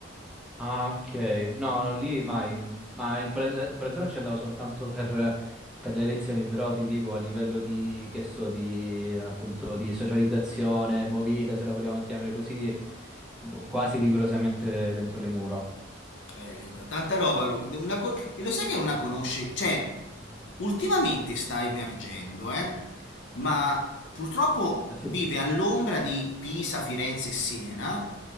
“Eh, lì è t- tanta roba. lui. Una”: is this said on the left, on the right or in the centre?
Left